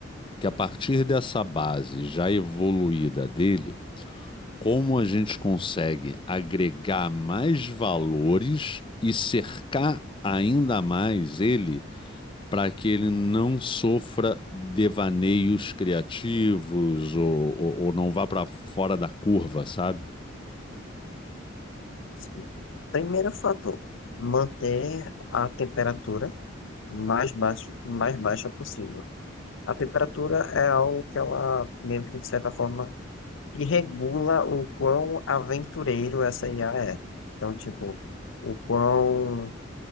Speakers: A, on the left; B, on the left.
A: que a partir dessa base já evoluída dele como a gente consegue agregar mais valores e cercar ainda mais ele para que ele não sofra devaneios criativos ou, ou- ou não vá para fora da curva, sabe?
B: Sim. Primeiro fator, manter a temperatura o mais baixa, o mais baixa possível. A temperatura é algo que ela, meio que de certa forma, e regula o quão aventureiro essa IA é. Então, tipo, o quão,